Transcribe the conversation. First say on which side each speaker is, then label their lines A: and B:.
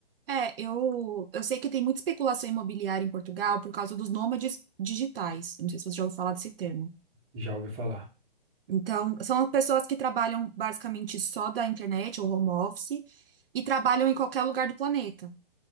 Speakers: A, on the right (about 70°); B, on the right (about 20°).
A: É, eu, eu sei que tem muita especulação imobiliária em Portugal por causa dos nômades digitais. Não sei se você já ouviu falar desse termo.
B: Já ouvi falar.
A: Então, são as pessoas que trabalham basicamente só da internet ou home office e trabalham em qualquer lugar do planeta.